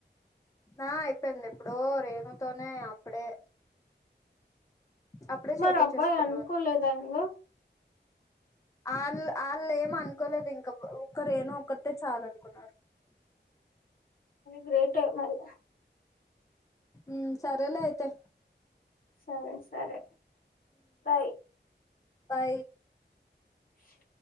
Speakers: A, on the left; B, on the left.
A: ఆ అయిపోయింది ఎప్పుడో రేణుతోనే అప్పుడే అప్పుడే
B: మరి
A: చేపిచ్చేస్కున్నారు
B: అబ్బాయి అనుకోలేదా ఇంగ
A: ఆళ్ళు ఆళ్ళు ఏమ అనుకోలేదు ఇంక ఒక్క రేనూ ఒక్కతే చాల్ అనుకున్నారు
B: గ్రేటే మరి
A: ఉం సరేలే అయితే
B: సరే సరే బై
A: బై
B: ష